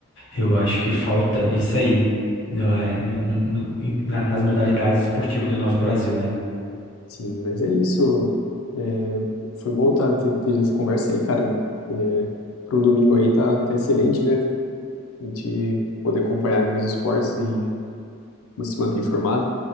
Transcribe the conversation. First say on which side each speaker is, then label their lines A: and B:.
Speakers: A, on the left (about 60°); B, on the left (about 80°).
A: eu acho que falta isso aí, né, é, no, no- no- em- na- nas modalidades esportivas do nosso Brasil, né?
B: Sim, mas é isso. É, foi bom tá, ter, ter essa conversa aí, cara. É, para um domingo aí tá, tá excelente, né? A gente poder acompanhar aí os esportes e se manter informado.